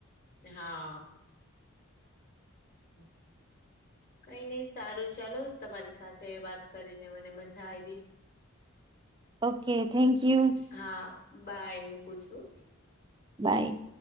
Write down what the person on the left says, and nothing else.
હા. હમ. કંઈ નઈ, સારું ચાલો. તમારી સાથે વાત કરીને મને મજા આવી.
હા, બાય, મૂકું છું.